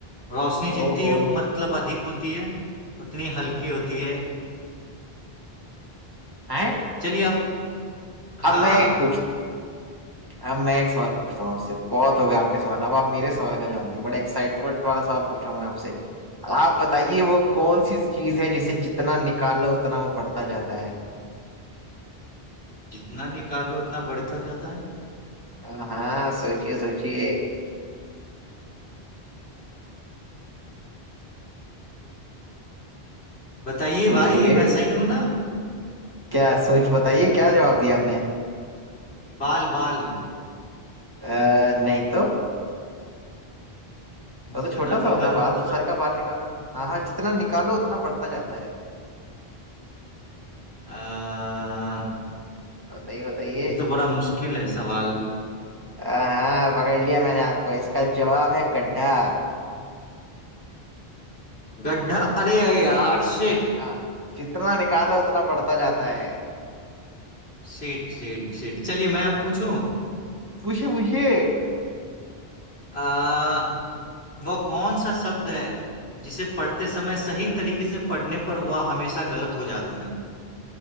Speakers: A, on the left; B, on the right.
A: रोशनी
B: ओहो
A: जितनी मतलब अधिक होती है उतनी हल्की होती है
B: है
A: चलिए अब हाँ
B: अब मैं एक पूछ अब मैं एक सवाल पूछता हूँ आपसे बहुत हो गया आपके सवाल अब आप मेरे सवाल का जवाब दिए बड़ा एक्साइटमेंट वाला सवाल पूछ रहा हूँ मैं आपसे आप बताइए वो कौन सी चीज है जिसे जितना निकालो उतना वो बढ़ता जाता है
A: जितना निकालो उतना बढ़ता जाता है
B: हाँ सोचिए सोचिए
A: बताइए
B: सोचिए
A: भाई मैं सही हूं ना
B: क्या सोच बताइए क्या जवाब दिया आपने
A: बाल बाल
B: आ, नहीं तो वो
A: जितना
B: तो छोटा सा
A: निकालो
B: होता है बाल
A: था
B: तो सर का बाल निकालो हाँ हाँ जितना निकालो उतना बढ़ता जाता है
A: आ,
B: बताइए बताइए
A: ये तो बड़ा मुश्किल है सवाल
B: हाँ हाँ, पकड़ लिया मैंने आपको इसका जवाब है गड्ढा
A: गड्ढा अरे यार शिट
B: हाँ जितना निकालो उतना बढ़ता जाता है
A: शिट शिट शिट चलिए मैं अब पूछूं
B: पूछिए पूछिए
A: आ, वह कौन सा शब्द है जिसे पढ़ते समय सही तरीके से पढ़ने पर वह हमेशा गलत हो जाता है